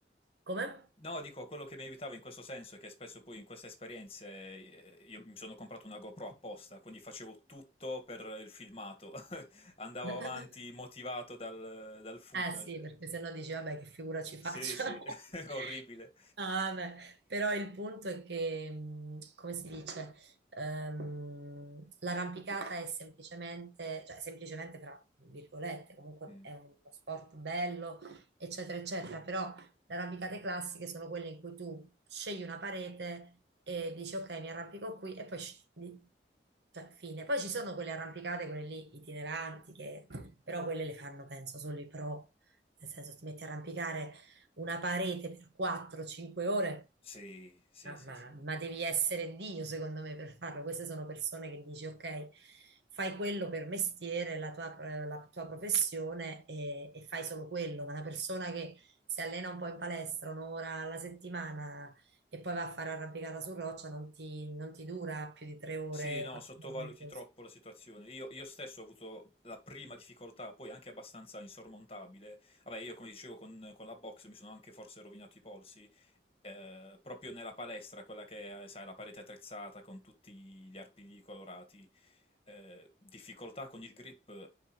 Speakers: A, on the right; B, on the left.
A: Come?
B: No, dico, quello che mi aiutava in questo senso è che spesso poi in queste esperienze eh, io mi sono comprato una GoPro apposta, quindi facevo tutto per il filmato, <laughs> andavo
A: <laughs>
B: avanti motivato dal, dal footage.
A: Eh sì, perché sennò dici, vabbè, che figura ci
B: Sì,
A: faccio?
B: sì,
A: <laughs>
B: <laughs> orribile.
A: Ah, vabbè. Però il punto è che, mh, come si dice, ehm, l'arrampicata è semplicemente, cioè semplicemente fra virgolette, comunque
B: Mm.
A: è uno sport bello, eccetera, eccetera, però le arrampicate classiche sono quelle in cui tu scegli una parete e dici ok, mi arrampico qui e poi scendi. Cioè, fine. Poi ci sono quelle arrampicate, quelle lì itineranti, che però quelle le fanno, penso, solo i pro. Nel senso, ti metti a arrampicare una parete per 4-5 ore
B: Sì, sì,
A: ma,
B: sì,
A: ma-
B: sì.
A: ma devi essere Dio, secondo me, per farlo. Queste sono persone che dici, ok, fai quello per mestiere, la tua, eh, la tua professione e, e fai solo quello. Ma una persona che si allena un po' in palestra un'ora alla settimana e poi va a fare arrampicata su roccia non ti, non ti dura più di tre ore,
B: Sì, no,
A: quattro
B: sottovaluti
A: ore. così.
B: troppo la situazione. Io, io stesso ho avuto la prima difficoltà, poi anche abbastanza insormontabile. Vabbè, io come dicevo con, con la box mi sono anche forse rovinato i polsi, eh, proprio nella palestra, quella che è, sai, la parete attrezzata con tutti gli arpigli colorati. eh, difficoltà con il grip